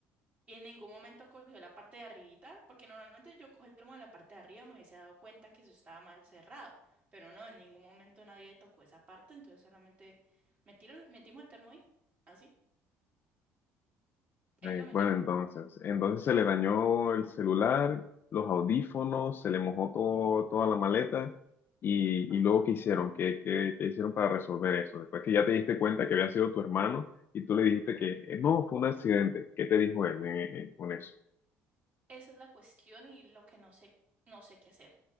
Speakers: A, on the right; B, on the left.
A: y en ningún momento cogió la parte de arribita, porque normalmente yo cojo el termo de la parte de arriba, me hubiese dado cuenta que eso estaba mal cerrado, pero no, en ningún momento nadie tocó esa parte, entonces solamente metieron, metimos el termo ahí, así, él
B: Eh,
A: lo metió,
B: bueno, entonces, entonces se le dañó el celular, los audífonos, se le mojó todo, toda la maleta y,
A: ajá,
B: y luego ¿qué hicieron? ¿Qué, qué, qué hicieron para resolver eso? Después que ya te diste cuenta que había sido tu hermano y tú le dijiste que eh, no, fue un accidente. ¿Qué te dijo él en- en- con eso?
A: esa es la cuestión y lo que no sé, no sé qué hacer,